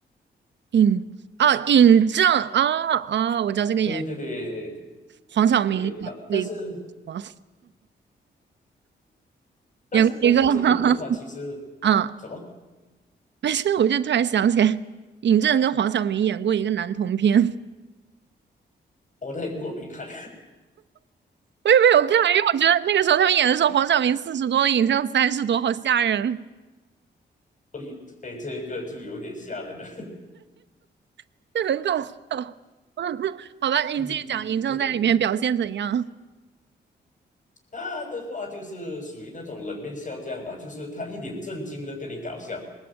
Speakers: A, on the right; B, on the left.
A: 尹哦，尹正啊啊、哦我知道这个演员，
B: 对对对，
A: 黄晓明演过一个什么？
B: 对，那但是但是但是这部的话，
A: 演过一个，<laughs>
B: 其实什么？
A: 嗯 <laughs> 没事，我就突然想起来，尹正跟黄晓明演过一个男同片，<laughs> 我
B: 我那一部我没看，
A: 也没有看，因为我觉得那个时候他们演的时候，黄晓明四十多了，尹正三十多，好吓人，
B: <laughs> 所以哎，这一个就有点吓人了。
A: <laughs> 这很搞笑。<laughs> 嗯，好吧，
B: <laughs>
A: 你继续讲，
B: 嗯，
A: 尹正在里面表现怎样
B: 我觉得他的话就是属于那种冷面笑匠吧，就是他一脸正经的跟你搞笑，